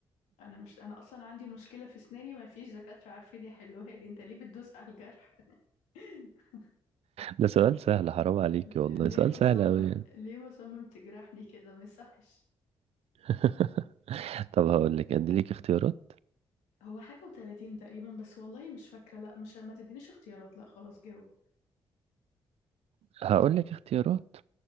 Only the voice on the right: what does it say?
ده سؤال سهل حرام عليكي والله
سؤال
سهل أوي يعني
<laughs> طب هقول لك اديلك اختيارات
هقول لك اختيارات